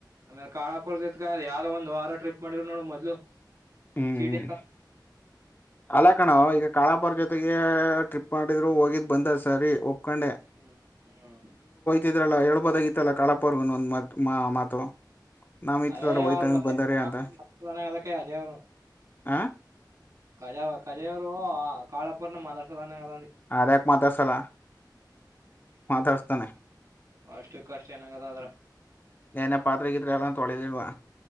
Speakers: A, on the right; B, on the left.
A: ಆಮೇಲೆ ಕಾಳಾಪರ್ತತ್ಕ ಯಾರೋ ಒಂದ್ ವಾರ ಟ್ರಿಪ್ ಮಾಡಿದ್ರು ನೋಡು ಮೊದ್ಲು
B: ಹ್ಮ್
A: ಚೀಟಿ
B: ಅಲ್ಲ ಕಣೋ ಈಗ ಕಾಳಾಪುರ ಜೊತೆಗೆ ಟ್ರಿಪ್ ಮಾಡಿದ್ರು ಹೋಗಿದ್ ಬಂದ ಸರಿ ಒಪ್ಕೊಂಡೆ
A: ಹ್ಮ್ ಹ್ಮ್
B: ಿದ್ರಲ್ಲ ಹೇಳ್ಬೋದಾಗಿತ್ತಲ್ಲಾ ಕಾಳಪರ್ಗ ಒಂದ ಮಾತು ನಾವ್ ಈ
A: ಅೇ
B: ತರ ಹೋಯ್ತಂಗ
A: <unintelligible>
B: ಬಂದಾರೆ ಅಂತ
A: ಅಜಯ ಅವರು
B: ಆ
A: ಕಜಖಜಾಯ ಅವರು ಕಾಳಪುರ್ನ <unintelligible>
B: ಅದ್ಯಾಕ ಮಾತಾಡ್ಸಲ್ಲ ಮಾತಾಡ್ಸ್ತಾನೆ
A: ಅಾಷ್ಟ ಕಾಸ್ಟ್ ಏನಾಗದ್ರ
B: ಏನ ಪಾತ್ರಗಿತ್ರೆ ಎಲ್ಲಾ ತೊಳಲಿಲ್ವಾ